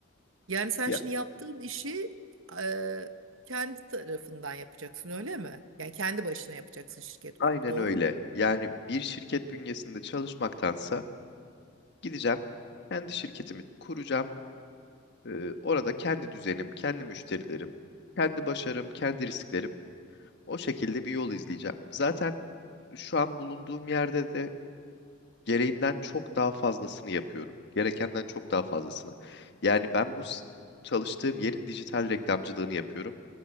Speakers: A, on the right (about 75°); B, on the left (about 55°).
A: Yani sen
B: ya
A: şimdi yaptığın işi e, kendi tarafından yapacaksın öyle mi? Yani kendi başına yapacaksın şirket
B: aynen
A: kurup doğru
B: öyle.
A: mu?
B: Yani bir şirket bünyesinde çalışmaktansa gideceğim kendi şirketimi kuracağım. Ee, orada kendi düzenim, kendi müşterilerim, kendi başarım, kendi risklerim. O şekilde bir yol izleyeceğim. Zaten şu an bulunduğum yerde de gereğinden çok daha fazlasını yapıyorum. Gerekenden çok daha fazlasını. Yani ben bu s- çalıştığım yerin dijital reklamcılığını yapıyorum.